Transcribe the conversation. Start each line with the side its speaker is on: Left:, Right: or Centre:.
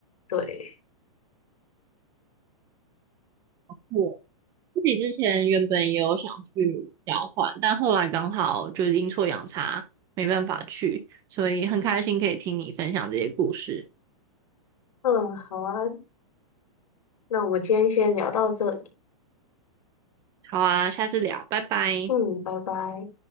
Left: 对，
Right: 我自己之前原本也有想去交换，但后来刚好就是阴错阳差，没办法去，所以很开心可以听你分享这些故事。
Left: 嗯，好啊，那我们今天先聊到这里，
Right: 好啊，下次聊，拜拜。
Left: 嗯，拜拜。